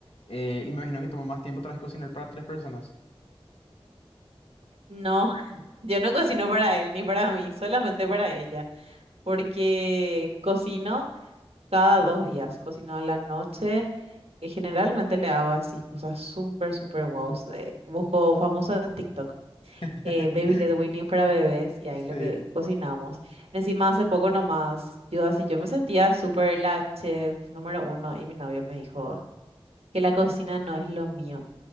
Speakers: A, on the left; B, on the right.
A: Eh, y me imagino que toma más tiempo otra vez cocinar para tres personas.
B: No, <laughs> yo no cocino para él ni para mí, solamente para ella, porque cocino cada dos días, cocino a la noche que generalmente le hago así cosas súper, súper guaus. de- busco famosos en TikTok,
A: <laughs>
B: eh, Baby Led Winning para bebés y ahí
A: Sí.
B: lo que cocinamos. Encima hace poco nomás, yo así, yo me sentía súper la chef número uno y mi novio me dijo que la cocina no es lo mío.